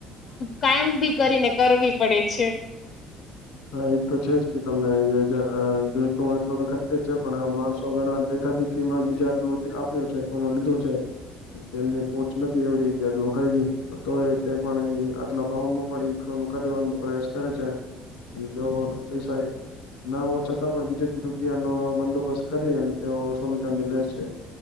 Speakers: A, on the left; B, on the left.
A: કાયમ બી કરીને કરવી પડે છે.
B: હ એ તો છે જ કે તમને જોઈતો હ એટલ તો ખતેજ છે પણ માણસો ઘણા. આખા દીમાં બીજા આટલું આપ્યો છે સોનું લીધું છે. તેમની પોહચ નથી એવડી કે આટલો ખરીદી તો પણ આટલા ભાવમાં પણ ફોન કરનું પ્રસ કરે છે અને તેઓ પૈસા ના હો છતાં પણ બીજેથી રૂપિયાનો બંદોબસ્ત કરી અને તેઓ સોનુ ચાંદી લે છે.